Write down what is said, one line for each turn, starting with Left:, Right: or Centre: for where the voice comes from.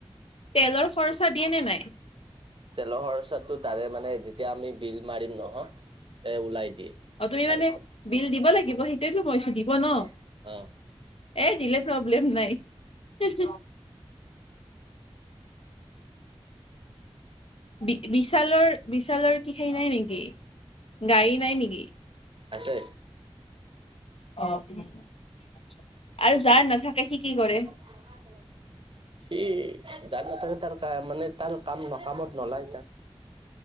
Left: তেলৰ খৰচা দিয়ে নে নাই
Right: তেলৰ খৰচাটো তাৰে মানে যেতিয়া আমি বিল মাৰিম নহয় ওলাই দিয়ে
Left: অ তুমি
Right: তাৰ
Left: মানে
Right: পৰা
Left: বিল দিব লাগিব সেইটয়েতো কইছো দিব ন
Right: অ অ
Left: এ দিলে প্ৰব্লেম নাই হি হি বি বিশালৰ বিশালৰ কি হেৰি নাই নেকি গাড়ী নাই নেকি
Right: আছে
Left: অ' আৰু যাৰ নাথাকে সি কি কৰে
Right: <unintelligible> সি যান নাথাকে তাৰ কা মানে তাৰ কাম না কামত নোলায় তাক